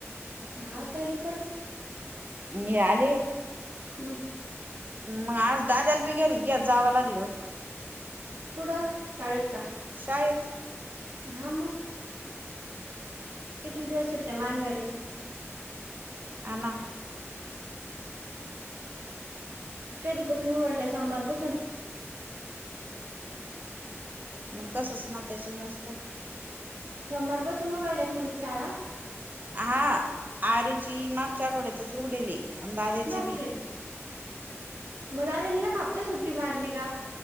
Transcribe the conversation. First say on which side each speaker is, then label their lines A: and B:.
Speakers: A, on the right; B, on the right.
A: हा तरी पण
B: मिळाले
A: हम्
B: मग आज दादाला बी जावं लागल
A: कुठं शाळेत का?
B: श
A: हा मग कितीक दिवस सुट्ट्या मारणार रे
B: आणा
A: कधीपासून उघडला सोमवारपासून
B: मग तसच ना त्याच्या मस्त
A: सोमवारपासून उघडल्यात म्हणलं शाळा
B: हा आर्वीची मागच्या आठवड्यातच उघडली अन् दादाची
A: बापरे
B: बी
A: मग आजुन एक हप्ता सुट्टी मारली का?